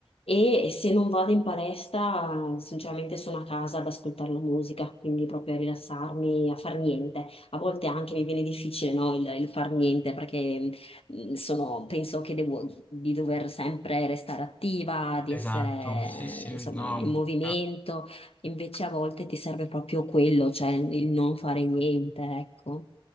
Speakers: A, on the left; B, on the left.
A: e se non vado in palestra sinceramente sono a casa ad ascoltare la musica, quindi proprio a rilassarmi, a far niente. A volte anche mi viene difficile, no, il, il far niente perché Mhmm, sono- penso che devo, di dover sempre restare attiva, di
B: Esatto,
A: essere,
B: sì, sì,
A: eh, insomma,
B: no.
A: in movimento, invece a volte ti serve proprio quello, cioè il non fare niente, ecco.